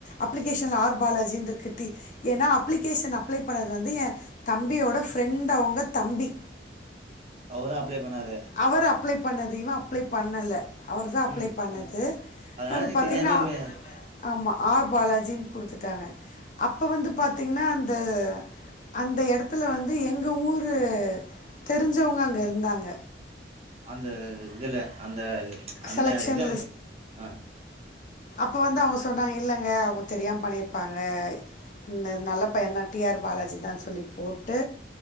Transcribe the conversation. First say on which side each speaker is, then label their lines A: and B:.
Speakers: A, on the left; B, on the right.
A: அப்ளிகேஷன்ல ஆர் பாலாஜி இருக்கு டி ஏன்னா அப்ளிகேஷன் அப்ளை பண்ணது வந்து ஏ தம்பியோட ஃப்ரெண்டவுங்க தம்பி
B: அவரு அப்ளை பண்ணாரு
A: அவரு அப்ளை பண்ணது இவ அப்ளை பண்ணல அவர் தா அப்ளை
B: ம்
A: பண்ணது
B: அதனால
A: வந்து
B: சரி
A: பாத்தீங்கன்னா
B: தெரியாம மி
A: ஆமா ஆர் பாலாஜினு குடுத்துட்டாங்க அப்ப வந்து பாத்தீங்கன்னா அந்த அந்த எடத்துல வந்து எங்க ஊரு தெரிஞ்சவுங்க அங்க இருந்தாங்க
B: அந்த இதுல அந்த அந்த
A: செலெக்ஷன்
B: எக்ஸாம் அ
A: இப்போ வந்து அவுங்க சொன்னாங்க இல்லைங்க அவுங்க தெரியாம பண்ணியிருப்பாங்க இந்த நல்ல பையந்தா டி ஆர் பாலாஜிதான் சொல்லி போட்டு